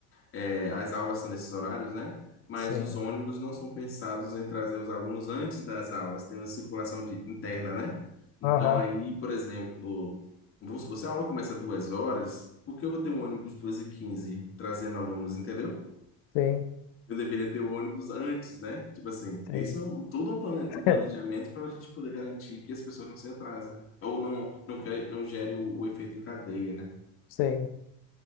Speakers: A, on the left; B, on the left.
A: É, as aulas são nesses horários, né? Mas
B: sim,
A: os ônibus não são pensados em trazer os alunos antes das aulas, tem uma circulação de- interna, né? Então,
B: aham,
A: aí, por exemplo, vamos supor, se a aula começa duas horas, por que eu vou ter um ônibus duas e quinze trazendo alunos, entendeu?
B: sim,
A: Eu deveria ter o ônibus antes, né? Tipo assim,
B: sim,
A: isso é um- todo um plane-
B: <laughs>
A: um planejamento para a gente poder garantir que as pessoas não se atrasem, né? Ou não, não, cre- não gere o, o efeito em cadeia, né?
B: sim,